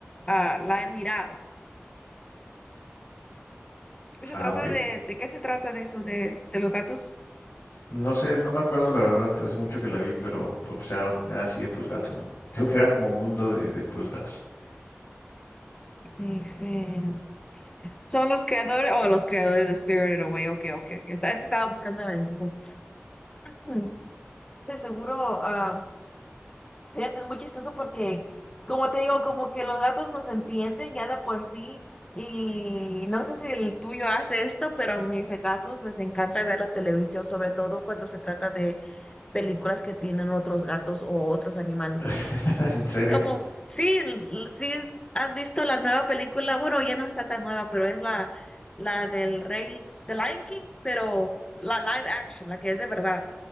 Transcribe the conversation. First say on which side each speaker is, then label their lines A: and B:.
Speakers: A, on the left (about 20°); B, on the left (about 65°).
A: ah, la he mirado. Se
B: Ah,
A: trata
B: ok.
A: de, ¿de qué se trata de eso de, de los gatos?
B: No sé, no me acuerdo la verdad, hace mucho que la vi, pero pues pues, era, un- era así de puros gatos, ¿no? <laughs> Digo que era como un mundo de, de puros gatos.
A: Dice, son los creadores, o oh, los creadores de Spirited Away, ok, ok, ok. Es que estaba buscando en Google. Hmm, De seguro, ah, fíjate, es muy chistoso porque, como te digo, como que los gatos nos entienden ya de por sí, y no sé si el tuyo hace esto, pero a mis gatos les encanta ver la televisión, sobre todo cuando se trata de películas que tienen otros gatos o otros animales.
B: <laughs> ¿En serio?
A: Como, sí, l- sí, es- has visto la nueva película, bueno, ya no está tan nueva, pero es la, la del Rey, de Lion King, pero la live action, la que es de verdad.